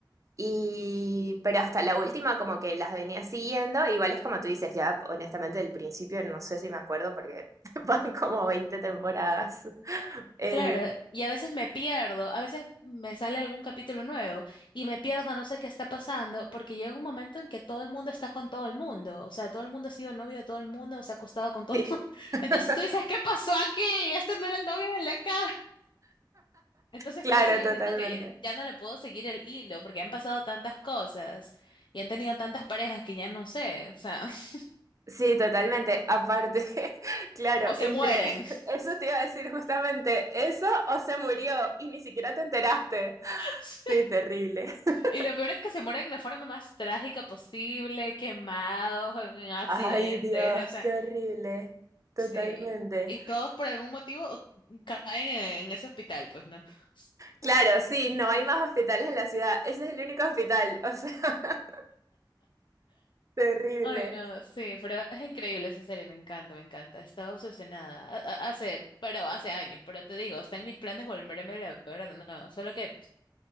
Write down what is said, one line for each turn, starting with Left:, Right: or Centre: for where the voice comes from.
Right: Y, pero hasta la última como que las venía siguiendo, igual es como tú dices, ya honestamente del principio no sé si me acuerdo porque <laughs> van como 20 temporadas. Eh,
Left: Claro, y a veces me pierdo, a veces me sale algún capítulo nuevo y me pierdo, no sé qué está pasando, porque llega un momento en que todo el mundo está con todo el mundo, o sea, todo el mundo ha sido novio de todo el mundo, o se ha acostado con todo
Right: sí.
Left: el mundo. <laughs>
Right: <laughs>
Left: Entonces tú dices, ¿qué pasó aquí? Este no era el novio de la acá. Entonces,
Right: Claro,
Left: por eso yo
Right: totalmente.
Left: siento que ya, ya no le puedo seguir el hilo, porque han pasado tantas cosas y han tenido tantas parejas que ya no sé, o sea, <laughs>
Right: Sí, totalmente. Aparte, <laughs> claro,
Left: o se
Right: entre
Left: mueren.
Right: <laughs>
Left: <laughs>
Right: eso te iba a decir justamente eso o se murió y ni siquiera te enteraste.
Left: Sí.
Right: Sí, terrible. <laughs>
Left: Y lo peor es que se mueren de la forma más trágica posible, quemados, en en accidentes,
Right: Ay, Dios,
Left: o sea,
Right: qué horrible. Totalmente.
Left: sí. Y todos por algún motivo caen en, en ese hospital, pues, ¿no?
Right: Claro,
Left: <laughs>
Right: sí, no hay más hospitales en la ciudad. Ese es el único hospital. O sea, <laughs> terrible.
Left: Ay, no, sí, pero es increíble esa serie, me encanta, me encanta. He estado obsesionada. a- a- Hace, pero hace años, pero te digo, está en mis planes volverme a ver de nuevo. Solo que